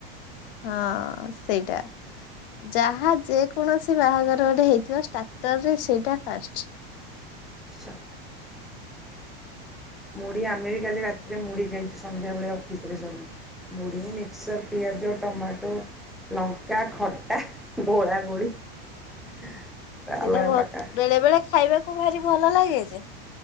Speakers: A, on the left; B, in the centre.
A: ହଁ ସେଇଟା ଯାହା ଯେକୌଣସି ବାହାଘରରେ ହେଇଥିବ ଷ୍ଟ୍ରାକ୍ଟରରେ ସେଇଟା ଫାଷ୍ଟ
B: ସେ ମୁଢ ଆମେ ବି କାଲି ରାତିରେ ମୁଢ ଖାଇଛୁ ସନ୍ଧ୍ୟାବେେଳେ ଅଫିସରେ ସବୁ ମୁଢ଼ି ମିକ୍ସର୍ ପିଆଜ ଟମାଟୋ ଲଙ୍କା ଖଟା ଘୋଳା ଗୋଳି ରାମାୟଣ
A: ସେଇଟା ବ
B: ପ୍ରକାଶ
A: ବେଳେ ବେଳେ ଖାଇବାକୁ ଭାରି ଭଲ ଲାଗେ ଯେ